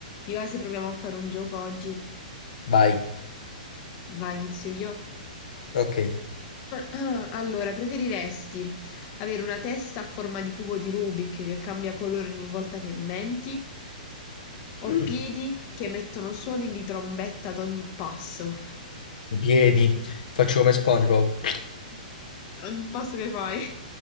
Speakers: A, on the left; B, on the left.
A: Ti va se proviamo a fare un gioco oggi?
B: Vai,
A: Vai, inizio io.
B: ok.
A: <clears throat> Allora, preferiresti avere una testa a forma di cubo di Rubik che cambia colore ogni volta che menti o
B: Mm,
A: piedi che emettono suoni di trombetta ad ogni passo?
B: I piedi, faccio come SpongeBob.
A: <laughs> Ogni passo che fai.